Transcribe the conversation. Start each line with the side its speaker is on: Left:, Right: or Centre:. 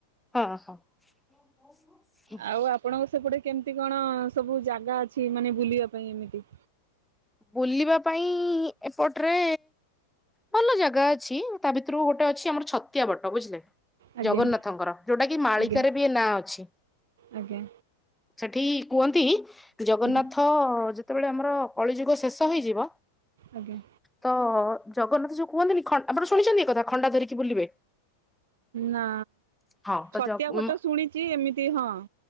Centre: ହଁ ହଁ ଓ ହୋ
Right: ଆଉ ଆପଣଙ୍କ ସେପଟେ କେମିତି କଣ ସବୁ ଜାଗା ଅଛି ମାନେ ବୁଲିବା ପାଇଁ ଏମିତି?
Centre: ବୁଲିବା ପାଇଁ ଏପଟରେ ଭଲ ଜାଗା ଅଛି ତା ଭିତରୁ ଗୋଟେ ଅଛି ଆମର ଛତିଆ ବଟ ବୁଝିଲେ
Right: ଆଜ୍ଞା
Centre: ଜଗନ୍ନାଥଙ୍କର ଯୋଉଟା କି ମାଳିକାରେ
Right: ଆଜ୍ଞା
Centre: ବି ଏ ନାଁ ଅଛି।
Right: ଆଜ୍ଞା
Centre: ସେଠି କୁହନ୍ତି ଜଗନ୍ନାଥ
Right: ଆଜ୍ଞା
Centre: ଯେତେବେଳେ ଆମର କଳିଯୁଗ ଶେଷ ହେଇଯିବ।
Right: ଆଜ୍ଞା
Centre: ତ ଜଗନ୍ନାଥ ଯୋଉ କୁହନ୍ତିନି ଖନ ଆପଣ ଶୁଣିଛନ୍ତି ଏକଥା ଖଣ୍ଡା ଧରିକି ବୁଲିବେ?
Right: ନା
Centre: ହଁ ତ
Right: ଛତିଆ
Centre: ଜଗ-
Right: ବଟ ଶୁଣିଛି ଏମିତି ହଁ।